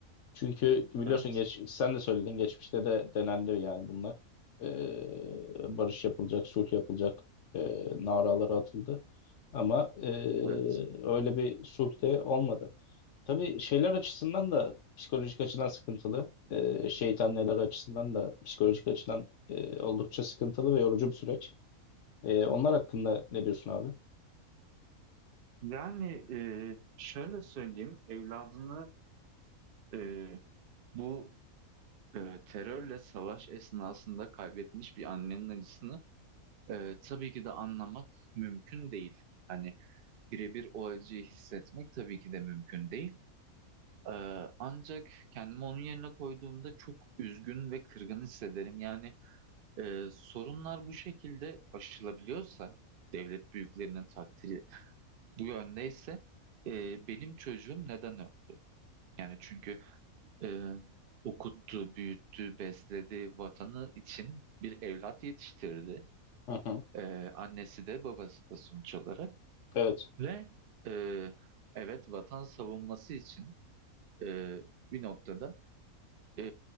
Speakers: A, on the left; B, on the right.
A: Çünkü biliyorsun
B: Evet,
A: geç, sen de söyledin geçmişte de denendi yani bunlar. Ee, barış yapılacak, sulh yapılacak e, naraları atıldı. Ama e,
B: evet.
A: öyle bir sulh de olmadı. Tabii şeyler açısından da psikolojik açıdan sıkıntılı. Ee, şeytan neler açısından da psikolojik açıdan e, oldukça sıkıntılı ve yorucu bir süreç. Ee, onlar hakkında ne diyorsun abi?
B: Yani e, şöyle söyleyeyim, evladını Ee, bu e, terörle savaş esnasında kaybetmiş bir annenin acısını e, tabii ki de anlamak mümkün değil. Hani birebir o acıyı hissetmek tabii ki de mümkün değil. Ee, ancak kendimi onun yerine koyduğumda çok üzgün ve kırgın hissederim. Yani e, sorunlar bu şekilde aşılabiliyorsa, devlet büyüklerinin takdiri bu yöndeyse, e, benim çocuğum neden öyle? Yani çünkü e, okuttu, büyüttü, besledi vatanı için bir evlat yetiştirdi.
A: Hı hı.
B: E, annesi de babası da sonuç olarak.
A: Evet.
B: Ve e, evet vatan savunması için e, bir noktada e,